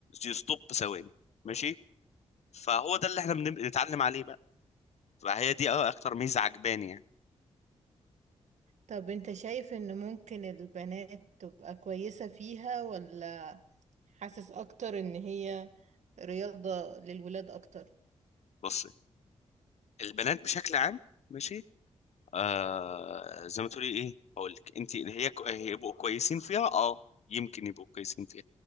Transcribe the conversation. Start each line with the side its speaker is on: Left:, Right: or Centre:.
Left: يستوب ثواني ماشي فهو ده اللي احنا بن- بنتعلم عليه بقى فهي دي اكتر ميزه عجباني يعني
Right: طب انت شايف ان ممكن البنات تبقى كويسة فيها ولا حاسس اكتر ان هي رياضة للولاد اكتر
Left: بص البنات بشكل عام ماشي آه زي ما تقولي ايه هقول لك انت اللي هي هيبقوا كويسين فيها اه يمكن يبقوا كويسين فيها